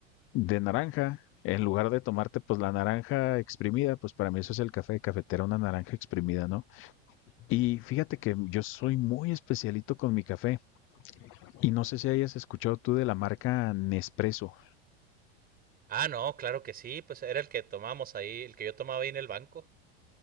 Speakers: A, on the left (about 40°); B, on the right (about 30°).
A: de naranja. En lugar de tomarte, pues la naranja exprimida, pues para mí eso es el café de cafetera, una naranja exprimida, ¿no? Y fíjate que yo soy muy especialito con mi café y no sé si hayas escuchado tú de la marca Nespresso.
B: Ah, no, claro que sí, pues era el que tomamos ahí, el que yo tomaba ahí en el banco.